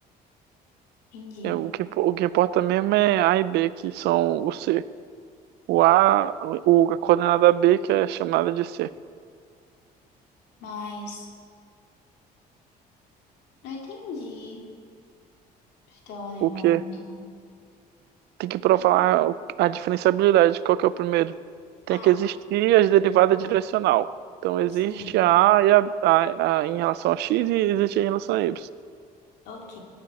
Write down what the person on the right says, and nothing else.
É, O que, o que importa mesmo é A e B, que são o C. O A, o, a coordenada B, que é chamada de C.
O que
tem que provar
a diferenciabilidade. Qual que é o primeiro? Tem
que existir as derivadas direcional. Então, existe
a A, e a, a, a em relação a X e existe em relação a Y.